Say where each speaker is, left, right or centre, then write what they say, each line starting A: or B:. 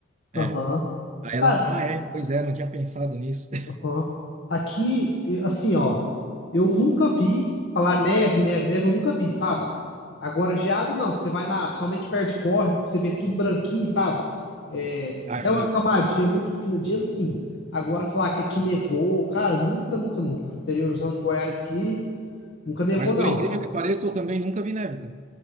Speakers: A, on the right; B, on the left.
A: É.
B: Aham.
A: Aí
B: Cara,
A: ela, ah, é, pois é, não tinha pensado nisso. <laughs>
B: aham. Aqui, e- assim, ó, eu nunca vi falar neve, neve, neve, eu nunca vi, sabe? Agora, geada não, que você vai na, principalmente perto de córrego, que você vê tudo branquinho, sabe? É,
A: Ah,
B: é
A: é
B: uma
A: bonito,
B: camadinha
A: né?
B: muito fina de gelo, sim. Agora, falar que aqui nevou, cara, nunca, nunca, nunca. Interiorzão de Goiás aqui, nunca nevou,
A: Mas por
B: não.
A: incrível que pareça, eu também nunca vi neve, cara.